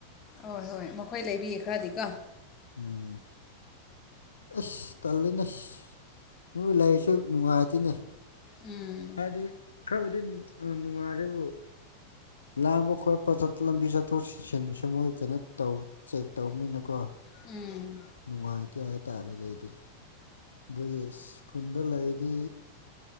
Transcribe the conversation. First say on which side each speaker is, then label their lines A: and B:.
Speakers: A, on the left; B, on the left.
A: ꯍꯣꯏ ꯍꯣꯏ ꯃꯈꯣꯏ ꯂꯩꯕꯤ ꯈꯔꯗꯤꯀꯣ
B: ꯎꯝ ꯑꯁ ꯇꯜꯂꯤ ꯅꯦꯁ ꯃꯣꯏ ꯂꯥꯏꯔꯁꯨ ꯅꯨꯡꯉꯥꯏꯇꯦꯅꯦ
A: ꯎꯝ
B: ꯍꯥꯏꯗꯤ ꯈꯔꯕꯨꯗꯤ ꯅꯨꯡꯉꯥꯏꯔꯦꯕꯨ ꯂꯥꯡꯕ ꯈꯣꯠꯄ ꯆꯠ ꯂꯝꯕꯤ ꯆꯠꯊꯣꯛ ꯆꯠꯁꯤꯟꯁꯨ ꯃꯣꯏ ꯀꯩꯅꯣ ꯇꯧꯢ ꯆꯦꯛ ꯇꯧꯕꯅꯤꯅꯀꯣ
A: ꯎꯝ
B: ꯅꯨꯡꯉꯥꯏꯇꯦ ꯍꯥꯏ ꯇꯥꯔꯦꯅꯦ ꯑꯩꯗꯤ ꯑꯗꯨꯒꯤ ꯢꯁ ꯈꯨꯟꯗ ꯂꯩꯗꯤ